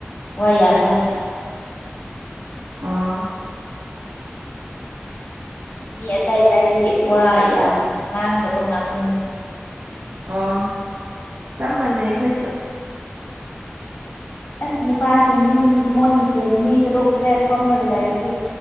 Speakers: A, on the left; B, on the right.
A: ꯋꯥ ꯌꯥꯝꯕ ꯍꯥꯏꯔꯒ
B: ꯑꯥ
A: ꯃꯤ ꯑꯇꯩ ꯑꯇꯨꯗꯤ ꯋꯥ ꯌꯥꯝ ꯉꯥꯡꯗꯕ ꯉꯥꯛꯇꯅꯦ
B: ꯑꯣ ꯆꯞ ꯃꯥꯟꯅꯩ ꯑꯩꯈꯣꯏꯁꯨ
A: ꯑꯁ ꯅꯨꯄꯥꯁꯤꯡꯗꯤ ꯃꯣꯏ ꯃꯁꯦꯟ ꯃꯤ ꯇꯔꯨꯛ ꯇꯔꯦꯠ ꯐꯝꯂꯒ ꯂꯩꯔꯁꯨꯨ